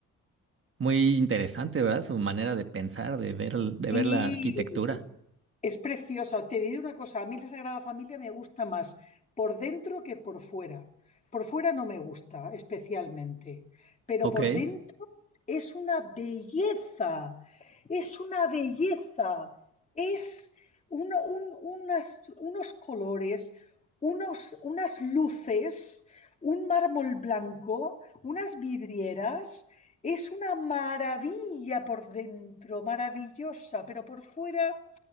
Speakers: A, on the right; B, on the left.
A: Muy interesante, ¿verdad? Su manera de pensar, de ver, el- de
B: Sí,
A: ver la arquitectura.
B: es preciosa. Te diré una cosa, a mí la Sagrada Familia me gusta más por dentro que por fuera. Por fuera no me gusta especialmente, pero
A: Ok.
B: por dentro es una belleza, es una belleza, es una, un- unas- unos colores, unos- unas luces, un mármol blanco, unas vidrieras. Es una maravilla por dentro, maravillosa, pero por fuera